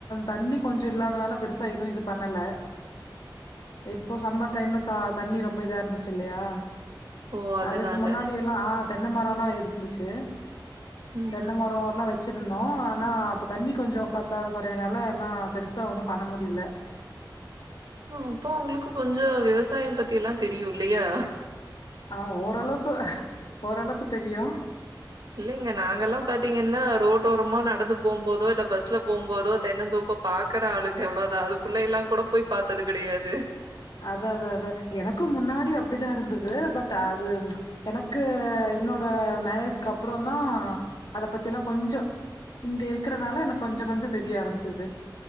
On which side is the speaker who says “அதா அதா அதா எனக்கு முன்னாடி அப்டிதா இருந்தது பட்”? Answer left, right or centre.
Left